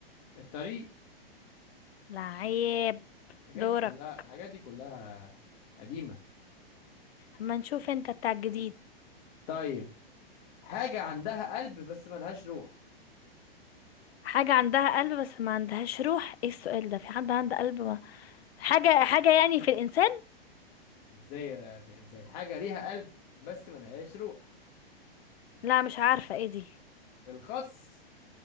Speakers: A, on the left; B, on the left.
A: الطريق
B: لعيب
A: الحاجات
B: دورك
A: دي كلها الحاجات دي كلها قديمة
B: اما نشوف انت بتاع الجديد
A: طيب حاجة عندها قلب بس ملهاش روح
B: حاجة عندها قلب بس ما عندهاش روح ايه السؤال ده في حد عنده قلب ما حاجة حاجة يعني في الانسان
A: ازاي في الإنسان حاجة ليها قلب بس ملهاش روح
B: لا مش عارفة ايه دي
A: الخس